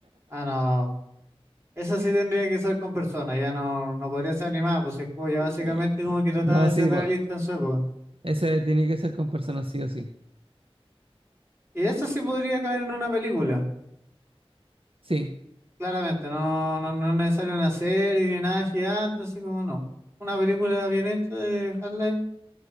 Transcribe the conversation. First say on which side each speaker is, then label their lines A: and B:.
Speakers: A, on the right; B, on the right.
A: Ah, no. Esa sí tendría que ser con personas. Ya no, no podría ser animada, pues si el juego ya básicamente
B: Eh,
A: como que trataba
B: no,
A: de
B: sí,
A: ser realista
B: pues,
A: en su época.
B: ese tiene que ser con personas sí o sí.
A: Y esa sí podría caer en una película.
B: Sí,
A: Claramente, no, no, no es necesario una serie ni nada gigante, así como no. Una película bien hecha de Half-Life.